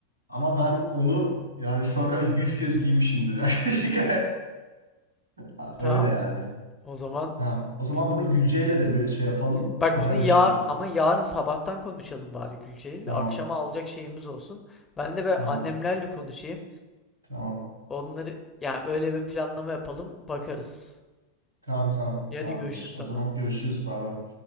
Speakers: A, on the right; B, on the left.
A: Ama ben onu yani şu ana kadar 100 kez giymişimdir yaklaşık. <laughs>
B: Tamam.
A: Öyle yani.
B: O zaman
A: Tamam. O zaman
B: bilmiyorum.
A: bunu Gülce'yle de bir şey yapalım.
B: Bak
A: Haberleşelim.
B: bunu yar ama yarın sabahtan konuşalım bari Gülceğiz.
A: Tamam.
B: Akşama alacak şeyimiz olsun. Ben de be
A: Tamam.
B: annemlerle konuşayım.
A: Tamam.
B: Onları ya öyle bir planlama yapalım bakarız.
A: Tamam. Tamam.
B: Ya
A: Tamamdır.
B: hadi görüşürüz sonra.
A: O zaman görüşürüz baba.